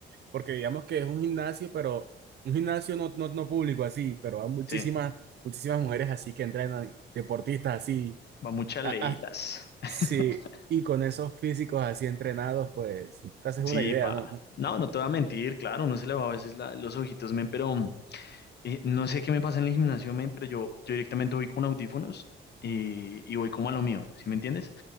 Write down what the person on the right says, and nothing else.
porque digamos que es un gimnasio, pero un gimnasio no, no, no público así, pero hay muchísimas,
muchísimas mujeres así que entrenan, deportistas así.
a-
a-
sí, y con esos físicos así entrenados, pues, te haces
una idea,
¿no?